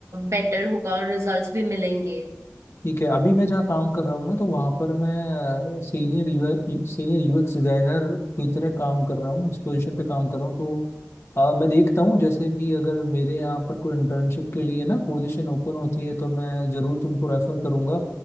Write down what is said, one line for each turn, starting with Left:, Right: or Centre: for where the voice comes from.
Right: बेटर होगा और रिजल्ट्स भी मिलेंगे
Left: ठीक है अभी मैं जहाँ काम कर रहा हूँ ना तो वहाँ पर मैं सीनियर यू सीनियर यूएक्स डिजाइनर की तरह काम कर रहा हूँ इस पोजीशन पे काम कर रहा हूँ तो अ, मैं देखता हूँ जैसे भी अगर मेरे यहाँ पर कोई इंटर्नशिप के लिए ना पोजीशन ओपन होती है तो मैं जरूर तुमको रेफर करूँगा